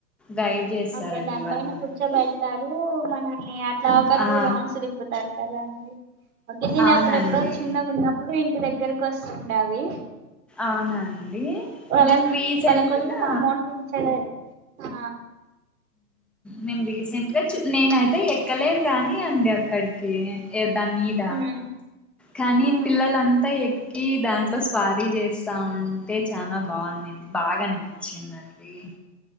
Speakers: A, in the centre; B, on the right.
A: గైడ్ చేస్తారండి
B: ఓకే దాని
A: వాళ్ళు
B: పైన
A: మనకి
B: కూర్చోబెడతారు మనని అట్లా ఒక టూ
A: ఆ
B: రౌండ్స్ తిప్పుతారు కదా ఓకే నేను
A: అవునండి
B: ఎప్పుడెప్పుడో చిన్నగా ఉన్నప్పుడు ఇంటి దగ్గరకి వస్తుండ అవి
A: అవునండి
B: వాళ్ళకి
A: మేము రీసెంట్గా
B: వాళ్ళకి కొంచెం అమౌంట్ ఇంచడం ఆ
A: నేను రీసెంట్ గా చూ నేనయితే ఎక్కలేదు గానీ అండి అక్క అక్కడికి ఏ దాని మీద
B: ఉమ్
A: కానీ
B: ఉమ్
A: పిల్లలంతా ఎ కి దాంట్లో స్పారీ చేస్తా ఉంటే చాల బాగుంది బాగా అనిపించిందిండి అ